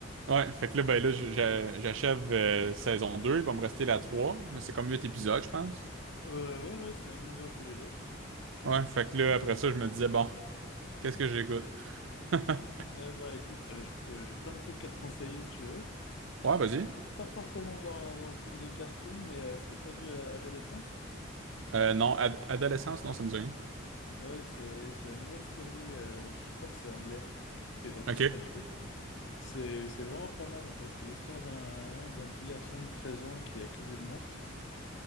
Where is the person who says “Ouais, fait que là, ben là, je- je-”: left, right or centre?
Right